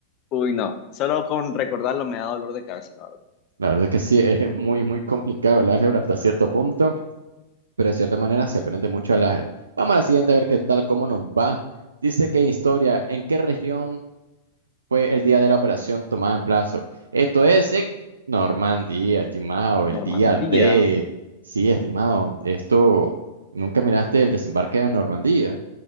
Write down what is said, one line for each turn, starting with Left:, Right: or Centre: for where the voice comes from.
Left: Uy, no, solo con recordarlo me da dolor de cabeza, la verdad.
Right: La verdad es que sí, <laughs> es muy, muy complicado el álgebra hasta cierto punto. pero de cierta manera se aprende mucho al áger. Vamos a la siguiente a ver qué tal, cómo nos va. Dice que historia, ¿en qué región fue el día de la operación tomada en plazo? Esto es en Normandía, estimado, el
Left: Normandía,
Right: día de... Sí, estimado, esto, ¿nunca miraste el desembarque de Normandía?